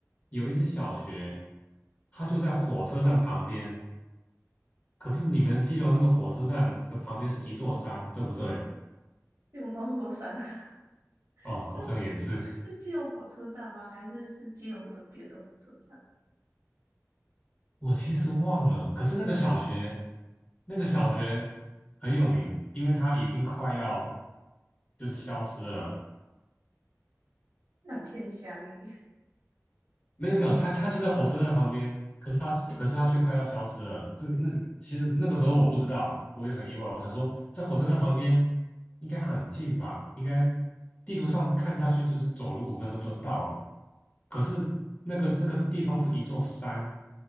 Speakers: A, on the left; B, on the right.
A: 有一间小学，它就在火车站旁边，可是你们基隆那个火车站的旁边是一座山，对不对？
B: 基隆到处都山，<laughs>
A: 哦，好像也是。
B: 是是基隆火车站吗？还是是基隆的别的火车站？
A: 我其实忘了，可是那个小学，那个小学很有名，因为它已经快要就是消失了。
B: 那很偏乡诶。
A: 没有没有，他他就在火车站旁边，可是他可是他却快要消失了。这那其实那个时候我不知道，我也很意外。我想说，在火车站旁边应该很近吧？应该地图上看下去就是走路五分钟就到了。可是那个那个地方是一座山，